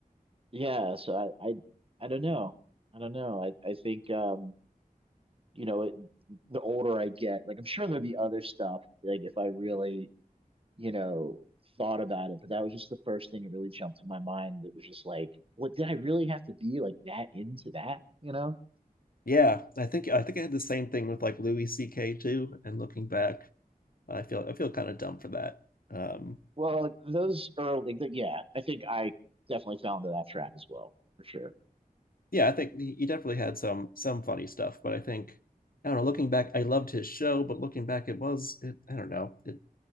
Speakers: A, on the right (about 40°); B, on the left (about 70°).
A: yeah. So I I I don't know. I don't know. I I think um, you know, it, the older I get, like I'm sure there'll be other stuff like if I really you know, thought about it, but that was just the first thing that really jumped to my mind that was just like, what did I really have to be like that into that, you know?
B: Yeah. I think I think I had the same thing with like Louis CK too, and looking back, I feel I feel kind of dumb for that. Um,
A: Well, like, those early, like, yeah, I think I definitely fell into that trap as well, for sure.
B: yeah, I think he definitely had some some funny stuff, but I think I don't know. Looking back, I loved his show, but looking back, it was it, I don't know it